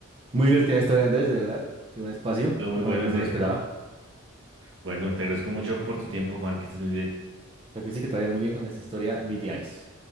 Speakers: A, on the right (about 25°); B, on the right (about 65°).
A: muy divertida historia, Andrés, de verdad, y buen espacio,
B: Estuvo muy
A: no,
B: bueno
A: no
B: ese.
A: me lo esperaba.
B: <laughs> Bueno, te agradezco mucho por tu tiempo, Juan, que estés muy bien.
A: pero que sí que te vaya muy bien con esta historia, BTIs.